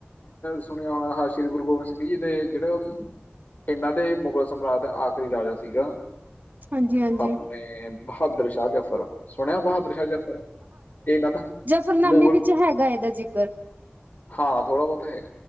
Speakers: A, on the left; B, on the right.
A: ਸੁਣਿਆ ਹੋਨਾ। ਹਾਂ, ਸ਼੍ਰੀ ਗੁਰੂ ਗੋਬਿੰਦ ਸਿੰਘ ਜੀ ਦੇ ਜਿਹੜੇ ਓ ਏਨਾਂ ਦੇ ਮੁਗਲ ਸਮਰਾਜ ਦਾ ਆਖਰੀ ਰਾਜਾ ਸੀਗਾ।
B: ਹਾਂਜੀ ਹਾਂਜੀ
A: ਆਪਣੇ ਬਹਾਦਰ ਸ਼ਾਹ ਜਫਰ ਸੁਣਿਆ, ਬਹਾਦਰ ਸ਼ਾਹ ਜਫਰ ਏਨਾ ਦਾ?
B: ਫਰਨਾਮੇ
A: ਮੁਗਲ
B: ਵਿੱਚ ਹੈਗਾ, ਏਦਾ ਜ਼ਿਕਰ।
A: ਹਾਂ, ਥੋੜਾ ਬਹੁਤ ਹੈ।